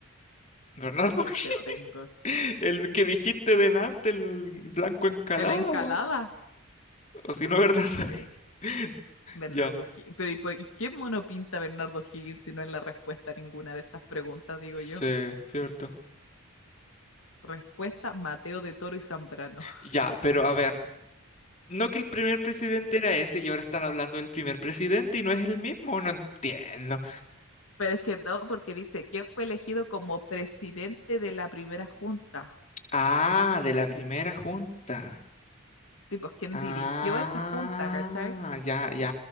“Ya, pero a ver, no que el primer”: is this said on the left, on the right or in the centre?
Left